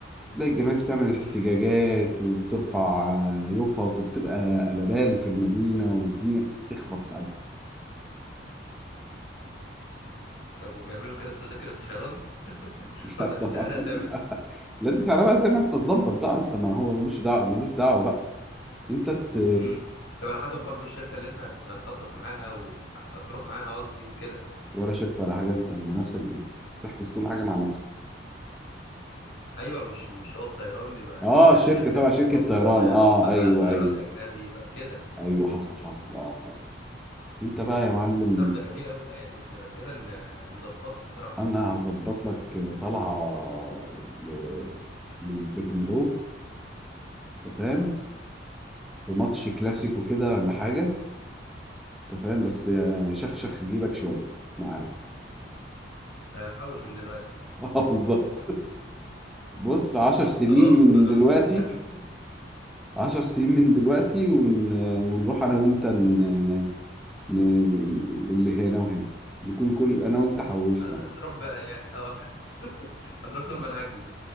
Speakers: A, in the centre; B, on the left.
A: تلاقي الجماهير بتعمل احتجاجات
B: امم
A: وبترفع يوفا وبتبقى قلبان في المدينه والدنيا بتخرب ساعتها
B: طب وبيعملوا كده في تذاكر الطيران <laughs>
A: <laughs>
B: ولا
A: لا طبعا
B: دي سعرها ثابت
A: لا دي سعرها بقى زي ما انت تظبط بقى انت ما هو ملوش دعوه ملوش دعوه بقى انت ت...
B: امم طب على حسب برضه الشركه اللي انت هت- هتخطط معاها وهتروح معاها قصدي وكده
A: ولا شركه ولا حاجه انت مع نفسك بتحجز كل حاجه مع نفسك
B: ايوه مش مش هو الطيران بيبقى
A: اه
B: يعني كذا
A: شركه
B: شركه
A: تبع
B: في
A: شركه
B: مصر
A: طيران
B: للطيران
A: اه
B: بقى
A: ايوه
B: طيران
A: ايوه
B: اجنبي ط- كده
A: ايوه حصل حصل اه حصل انت بقى يا معلم
B: طب ده جميل قوي ده يعني احنا لو كده ن- نظبطها الصراحه
A: انا هظبط لك طلعه ل- للبرنابيو أنت فاهم في ماتش كلاسيكو كده ولا حاجه انت فاهم بس آه، شخشخ جيبك شويه معايا
B: ده هنحوش من دلوقتي
A: <laughs> اه بالظبط بص عشر سنين
B: خلاص
A: من
B: انا
A: دلوقتي
B: مستني
A: عشر سنين من دلوقتي ون... ونروح انا وانت ن... ن... اللي هنا وهنا نكون كل انا وانت حوشنا
B: هن- هنروح بقى يعني اه <laughs> هنروح لما نعجز